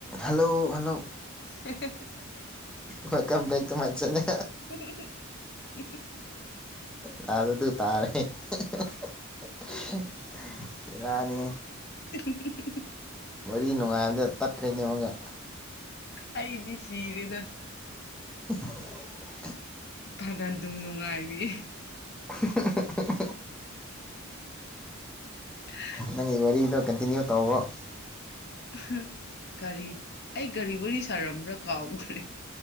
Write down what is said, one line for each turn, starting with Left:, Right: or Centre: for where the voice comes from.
Centre: Hello hello
Left: <inaudible>
Centre: ꯋꯦꯜꯀꯝꯕꯦꯛꯇꯨ ꯍꯥꯏ ꯆꯠꯅꯦ
Left: <inaudible>
Centre: ꯂꯥꯖꯗꯨ ꯇꯥꯔꯦ <inaudible> ꯕꯦꯔꯥꯅꯤ
Left: <inaudible>
Centre: ꯋꯥꯔꯤ ꯅꯨꯡꯉꯥꯏꯝꯗ ꯇꯠꯈ꯭ꯔꯩꯅꯦ ꯑꯃꯨꯛꯀ
Left: ꯑꯩꯗꯤ ꯁꯤꯔꯦꯗ
Centre: <inaudible>
Left: ꯐꯅ ꯗꯨꯝ ꯅꯨꯡꯉꯥꯏꯔꯤ
Centre: <inaudible>
Left: <inaudible>
Centre: ꯅꯪꯒꯤ ꯋꯥꯔꯤꯗꯣ ꯀꯟꯇꯤꯅ꯭ꯌꯨ ꯇꯧꯋꫭ
Left: ꯑꯍ ꯒꯥꯔꯤ ꯑꯩ ꯒꯥꯔꯤ ꯋꯥꯔꯤ ꯁꯥꯔꯝꯕ꯭ꯔ ꯀꯥꯎꯈ꯭ꯔꯦ